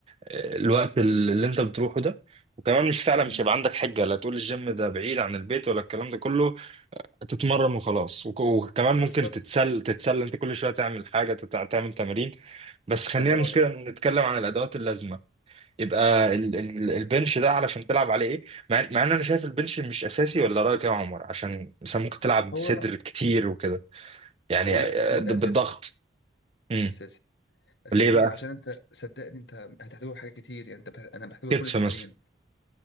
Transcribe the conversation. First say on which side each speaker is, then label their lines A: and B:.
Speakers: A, on the right (about 35°); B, on the left (about 75°).
A: آه، الوقت اللي انت بتروحه ده وكمان مش فعلا
B: مم.
A: مش هيبقى عندك حجة لا تقول الجيم ده بعيد عن البيت ولا الكلام ده كله تتمرن وخلاص وك- وكمان ممكن
B: بالظبط
A: تتسل تتسلى انت كل شوية تعمل حاجة تتع- تعمل تمارين بس
B: الله
A: خلينا
B: ينور
A: مش
B: عليك
A: كده نتكلم عن الادوات اللازمة يبقى ال ال البنش ده علشان تلعب عليه ايه مع, مع ان انا شايف البنش مش اساسي ولا رأيك يا عمر عشان مثلا ممكن تلعب
B: هو
A: صدر كتير وكده يعني
B: هو
A: آه،
B: لا ب- م-
A: د-
B: اساسي
A: بالضغط امم
B: اساسي اساسي
A: ليه بقى
B: عشان انت صدقني انت هتحتاجه في حاجات كتير يعني انت بح... انا بحتاجه
A: كتف
B: في كل التمارين
A: مثلا